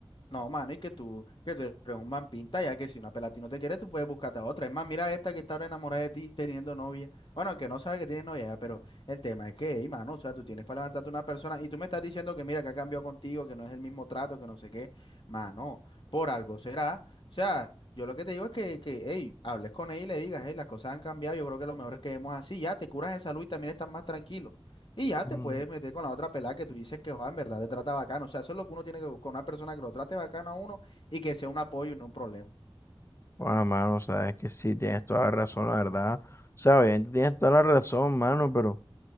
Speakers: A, on the left; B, on the left.
A: No, mano, y que tú, que tú eres un man pinta, ya que si una pela a ti no te quiere, tú puedes buscarte a otra. Es más, mira esta que está ahora enamorada de ti teniendo novia. Bueno, que no sabe que tiene novia, ya, pero el tema es que, hey, mano, o sea, tú tienes para levantarte una persona y tú me estás diciendo que mira, que ha cambiado contigo, que no es el mismo trato, que no sé qué. Mano, por algo será. O sea, yo lo que te digo es que, que hey, hables con ella y le digas, hey, las cosas han cambiado, yo creo que lo mejor es que vemos así, ya te curas en salud y también estás más tranquilo. Y ya
B: Mm,
A: te puedes meter con la otra pelada que tú dices que, joder, en verdad te trata bacano. O sea, eso es lo que uno tiene que buscar, una persona que lo trate bacano a uno y que sea un apoyo y no un problema.
B: Ah, mano, sabes que sí, tienes toda la razón, la verdad. O sea, obviamente tienes toda la razón, mano, pero...